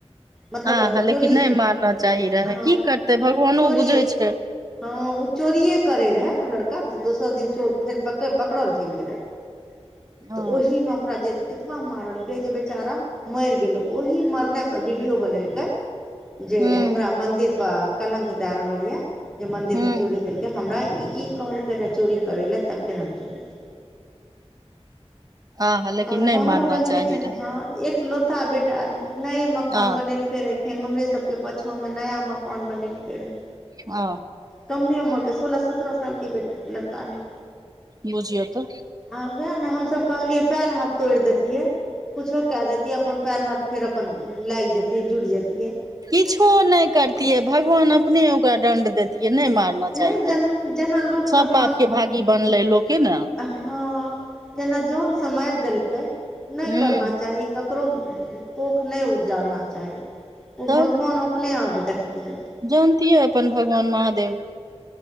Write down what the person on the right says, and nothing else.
आ हा लेकिन
नहि मारना चाही रहए
की करतै
भगवानो
बुझै छैय।
हँ
हूँ
हूँ
आह लेकिन
नहि मारना
चाही
रहए
आह
ओ
बुझियौ तऽ।
किछो नहि करतियै भगवान अपने ओकरा दंड देतियै नहि मार ना चाही
रहै
सब पाप के भागी बनले लोके ने।
हूँ
तब
जानतियै अपन भगवान महादेव